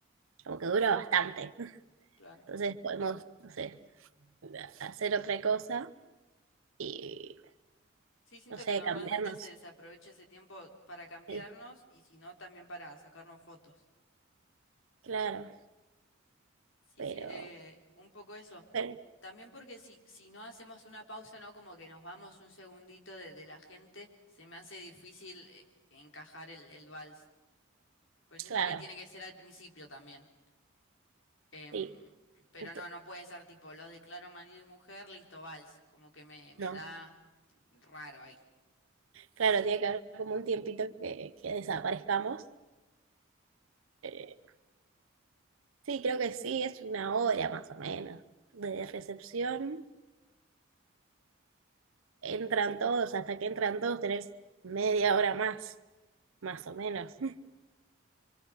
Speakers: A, on the right (about 75°); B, on the left (about 65°).
A: como que dura bastante. <laughs>
B: Claro.
A: Entonces podemos, no sé, hacer otra cosa y,
B: Sí, siento
A: no sé,
B: que normalmente
A: cambiarnos.
B: se, se aprovecha ese tiempo para cambiarnos
A: Sí,
B: y si no, también para sacarnos fotos.
A: claro,
B: Sí,
A: pero,
B: sí, eh, un poco eso.
A: pero
B: También porque si, si no hacemos una pausa, ¿no? Como que nos vamos un segundito de, de la gente, se me hace difícil eh, encajar el, el vals. Pues siento
A: claro.
B: que tiene que ser al principio también. Em,
A: Sí,
B: pero
A: ento-
B: no, no puede ser tipo, los declaro marido y mujer, listo, vals. Como que me, me
A: no.
B: da raro ahí.
A: Claro, tiene que haber como un tiempito que, que desaparezcamos. Eh, sí, creo que sí, es una hora más o menos de recepción. Entran todos, hasta que entran todos tenés media hora más, más o menos. <laughs>